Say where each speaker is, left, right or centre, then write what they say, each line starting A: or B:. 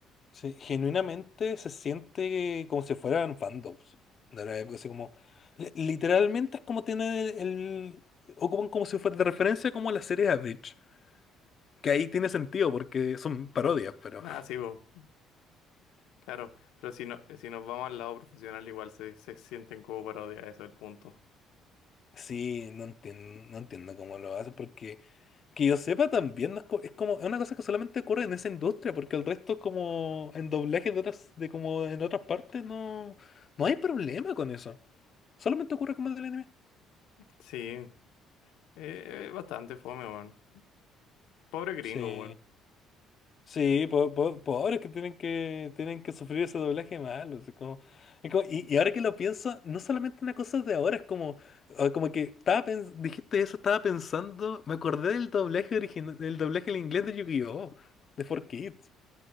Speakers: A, on the left; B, on the left.
A: sí, genuinamente se siente como si fueran fandoms de la época, así como, li- literalmente es como tienen el, el- ocupan como si fuera de referencia como las series Average, que ahí tiene sentido porque son parodias, pero
B: Ah, sí, weón. Claro. Pero si no, si nos vamos al lado profesional, igual se, se sienten como parodias. Eso es el punto.
A: sí, no entiendo, no entiendo cómo lo hacen porque Que yo sepa también, no es, co- es como es una cosa que solamente ocurre en esa industria, porque el resto como en doblajes de otras, de como en otras partes no, no hay problema con eso. Solamente ocurre como en el anime.
B: Sí. Eh, bastante fome, weón. Pobre gringo,
A: Sí,
B: weón.
A: sí, po- po- pobres que tienen que tienen que sufrir ese doblaje malo. así como- es como- y, y ahora que lo pienso, no solamente una cosa de ahora, es como, o como que estaba pens- dijiste eso, estaba pensando, me acordé del doblaje original, del doblaje en inglés de Yu-Gi-Oh! de 4Kids.